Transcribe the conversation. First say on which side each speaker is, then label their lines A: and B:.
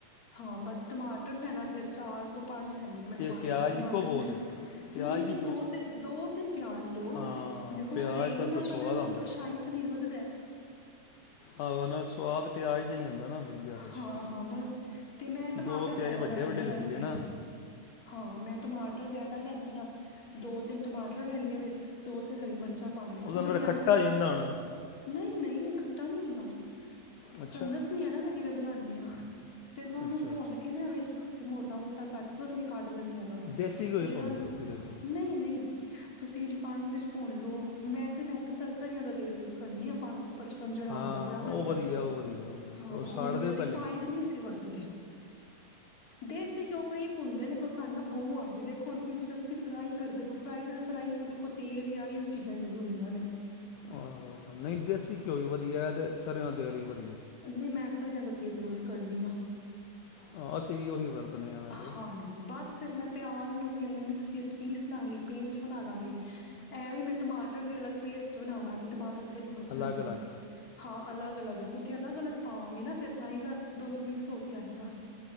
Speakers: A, on the left (about 25°); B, on the left (about 75°).
A: ਹਾਂ, ਬਸ ਟਮਾਟਰ ਲੈਣਾ ਫੇਰ ਚਾਰ ਤੋਂ ਪੰਜ ਲੈੈਂਨੀ ਹਾਂ ਮੈਂ ਟਮਾਟਰ।
B: ਇਹ ਪਿਆਜ਼
A: ਮਟਰ
B: ਇੱਕੋ ਬਹੁਤ
A: ਮੈਂ
B: ਹੈ ਪਿਆਜ਼
A: ਨਹੀਂ
B: ਵੀ
A: ਨਹੀਂ ਦੋ ਤਿੰਨ, ਦੋ ਤਿੰਨ ਪਿਆਜ ਲੋਓ।
B: ਹਾਂ
A: ਦੇਖੋ
B: ਪਿਆਜ਼
A: ਗ੍ਰੇਵੀ
B: ਦਾ
A: ਨਾਲ
B: ਸਵਾਦ
A: ਤਾਂ ਦੇਖੋ
B: ਆਉਂਦਾ
A: ਸ਼ਾਹੀ
B: ਹੈ।
A: ਪਨੀਰ ਵੱਧਦਾ।
B: ਆਹੋ ਨਾਲ ਸਵਾਦ ਪਿਆਜ ਦਾ ਹੀ ਆਦਾ ਨਾ ਵਧੀਆ ਵਿੱਚ।
A: ਹਾਂ-ਹਾਂ ਬਸ ਤੇ ਮੈਂ ਟਮਾਟਰ
B: ਦੋ ਪਿਆਜ਼
A: ਜ਼ਿਆਦਾ
B: ਵੱਡੇ
A: ਲੈਂਨੀ
B: ਵੱਡੇ
A: ਹਾਂ
B: ਲੈ
A: ਵੈਸੇ।
B: ਲਈਏ ਨਾ
A: ਹਾਂ, ਮੈਂ ਟਮਾਟਰ ਜਿਆਦਾ ਲੈਂਨੀ ਹਾਂ। ਦੋ ਤਿੰਨ ਟਮਾਟਰ ਲੈਂਨੀ ਹਾਂ। ਵਿੱਚ ਦੋ ਤਿੰਨ ਹਰੀ ਮਿਰਚਾਂ ਚਾ ਪਾਣੀ ਆ।
B: ਉਹਦੇ
A: ਉਹਨੂੰ
B: ਨਾਲ ਫਿਰ
A: ਵੀ ਆਂਵੇ
B: ਖੱਟਾ
A: ਫੇਰ
B: ਹੋ
A: ਮੈਂ
B: ਜਾਂਦਾ ਹੋਣਾ।
A: ਨਹੀਂ, ਨਹੀਂ ਖੱਟਾ ਨਹੀਂ ਹੁੰਦਾ। ਤੁਹਾਨੂੰ
B: ਅੱਛਾ
A: ਦੱਸਣੀ ਆ, ਨਾ ਮੈਂ ਕਿਵੇਂ ਬਣਾਨੀ ਹਾਂ। ਫੇਰ ਮੈਂ ਉਹਨੂੰ
B: ਅੱਛਾ
A: ਭੁੰਨ
B: ਅੱਛਾ
A: ਕੇ ਨਾ ਐਵੇ ਮੋਟਾ ਮੋਟਾ ਕਟ ਕੇ ਉਹਨੂੰ ਵੀ ਕੱਢ ਲੈਨੀ ਆਂ। ਫਿਰ
B: ਦੇਸੀ ਘਿਓ
A: ਜਿਹੜਾ
B: ਪਾਉਂਦੇ ਹੋ ਕਿਦੇ 'ਚ
A: ਨਹੀਂ, ਨਹੀਂ। ਤੁਸੀਂ ਰਿਫਾਈਨਡ ਵਿੱਚ ਭੁੰਨ ਲਓ। ਵੈਸੇ ਮੈਂ ਤਾਂ ਸਰਸਰੀਆਂ ਦਾ ਤੇਲ ਯੂਜ ਕਰਨੀ ਆ ਪੰਜ ਸੌ ਪੰਜੜ ਆਉਂਦਾ
B: ਹਾਂ
A: ਬੜਾ ਵਧੀਆ,
B: ਉਹ ਉਹ ਵਧੀਆ ਉਹ ਵਧੀਆ
A: ਹਾਂ
B: ਉਹ ਸਾੜਦੇ
A: ਉਹੀਓ
B: ਪਹਿਲੇ
A: ਰਿਫਾਈਡ ਨੀ ਅਸੀਂ ਵਰਤਦੇ। ਦੇਸੀ ਘਿਓ <inaudible> ਭੁੰਨਦੇ ਨੇ, ਪਰ ਸਾਨੂੰ ਨਾ ਬੋ ਆਂਦੀ। ਹਾਂ ਜੀ। ਦੇਖੋ ਹੁਣ ਕੋਈ ਚੀਜ਼ਾਂ ਤੁਸੀਂ ਫਰਾਈ ਕਰਦੇ ਫਰਾਈ ਫਰਾਈ ਦੇਖੋ ਤੇਲ ਜਾਂ ਐਹੀਓ ਚੀਜ਼ਾਂ ਯੂਜ ਹੁੰਦੀਆਂ ਨੇ।
B: ਆਹੋ, ਨਹੀਂ ਦੇਸੀ ਘਿਓ ਵੀ ਵਧੀਆ ਤੇ ਸਰਿਯੋ ਤੇਲ ਹੀ ਵਦੀਆ।
A: ਨਹੀਂ, ਮੈਂ ਸਰੇਯਾਂ ਦਾ ਤੇਲ ਯੂਜ ਕਰਨੀ ਆ।
B: ਹਾਂ ਅਸੀਂ ਵੀ ਉਹੀ ਵਰਤਦੇ ਹਾਂ ਵੈਸੇ
A: ਹਾਂਜੀ, ਬਸ ਫਿਰ ਮੈਂ ਪਿਆਜ ਨੂੰ ਮਿਕਸੀ ਵਿੱਚ ਪੀਸ ਲਾਂਗੀ ਪੇਸਟ ਬਣਾ ਲਾਂਗੀ ਐਵੇਂ ਮੈਂ ਟਮਾਟਰ ਦੀ ਅਲੱਗ ਪੇਸਟ ਬਣਾ ਲਾਂਗੀ ਟਮਾਟਰ ਹਰੀ ਮਿਰਚਾਂ
B: ਅਲੱਗ
A: ਦੀ
B: ਅਲੱਗ
A: ਹਾਂ ਅਲੱਗ ਅਲਗ ਕਿਉਂਕਿ ਅਲੱਗ ਅਲੱਗ ਪਾਵਾਂਗੇ ਨਾ ਫਿਰ ਤਾਂ ਹੀ ਦਸ ਦੋਨੋ ਮਿਕਸ ਹੋ ਕੇ ਆਏਗਾ